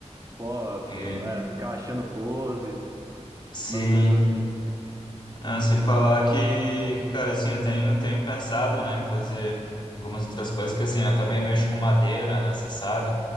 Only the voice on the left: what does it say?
né?
Sim,
Ah, se falar que, que, cara, assim, eu tenho, tenho pensado, né, em fazer algumas outras coisas, que assim, eu também mexo com madeira, né, você sabe,